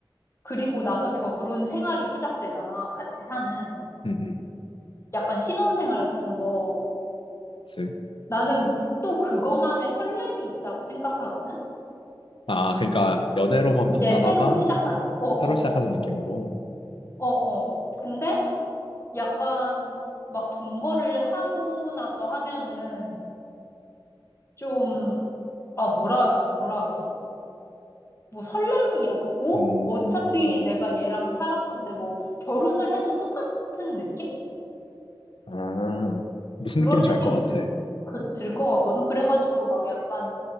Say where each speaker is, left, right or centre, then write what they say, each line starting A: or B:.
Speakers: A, on the left; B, on the left.
A: 그리고 나서 결혼 생활이 시작되잖아. 같이 사는.
B: 음, 음,
A: 약간 신혼생활 같은 거.
B: 그치.
A: 나는 또 그거만의 설렘이 있다고 생각하거든?
B: 아, 그러니까 연애로만 만나다가
A: 이제 새로 아, 시작한, 어, 어,
B: 새로 시작하는
A: 어,
B: 느낌으로.
A: 어, 어. 근데 약간 막 동거를 하고 나서 하면은 좀, 아, 뭐라, 뭐라 하지? 뭐 설렘이 없고
B: 음,
A: 어차피 내가 얘랑 살았었는데 뭐 결혼을 해도 똑같은 느낌?
B: 아, 무슨
A: 그런
B: 느낌인지
A: 느낌이
B: 알 것 같아.
A: 들, 그, 들것 같거든. 그래가지고 막 약간,